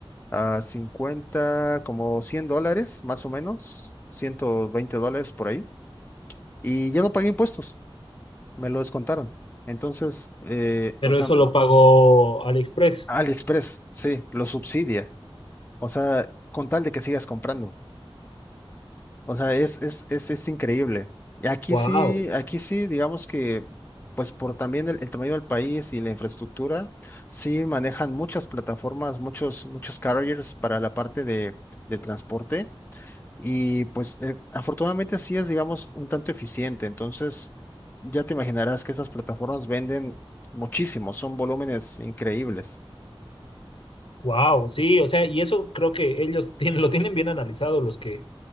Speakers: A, on the left (about 20°); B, on the left (about 65°).
A: a 50 como 100 dólares, más o menos, 120 dólares por ahí, y yo no pagué impuestos, me lo descontaron. Entonces, eh,
B: Pero
A: o sea,
B: eso lo pagó AliExpress.
A: AliExpress, sí, lo subsidia, o sea, con tal de que sigas comprando, o sea, es, es, es, es increíble. Y aquí
B: Wow.
A: sí, aquí sí, digamos que, pues por también el, el tamaño del país y la infraestructura, sí manejan muchas plataformas, muchos, muchos carriers para la parte de, del transporte Y pues eh, afortunadamente así es, digamos, un tanto eficiente. Entonces, ya te imaginarás que esas plataformas venden muchísimo, son volúmenes increíbles.
B: Wow, sí, o sea, y eso creo que ellos <laughs> tienen, lo tienen bien analizado, los que,